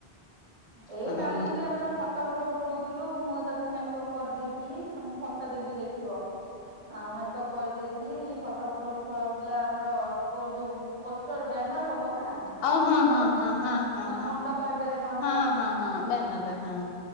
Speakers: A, on the right; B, on the left.
A: ଏଇ
B: ହଁ
A: କାଲି ବି ଆମେ ଫ ଟୋ ଫଟୋ ଉଠଉଥୁଲୁ। ମୁଁ ତାକୁ ମେକଅପ୍ କରିଦେଇଥିଲି। ଏ ମୁଁ ଫଟୋ ଦେବି ଦେଖିବ। ଆଉ ମେକଅପ୍ କରିଦେଇଥିଲି ଫଟୋ ଫଟୋ ଉଠା ହଉଥିଲା ଆମର ପ- ଯୋଉ ପୋଷ୍ଟର୍ ବ୍ୟାନର୍ ହବ ନା
B: ଆଉ ହଁ
A: ଅ, ଯୋଉ
B: ହଁ ହଁ ହଁ
A: ଅଁ,
B: ହଁ
A: ମଣ୍ଡପ
B: ହଁ
A: ଆଗରେ। ଟଙ୍ଗା
B: ହଁ, ହଁ, ହଁ ଵ୍ୟାନରେ ହଁ।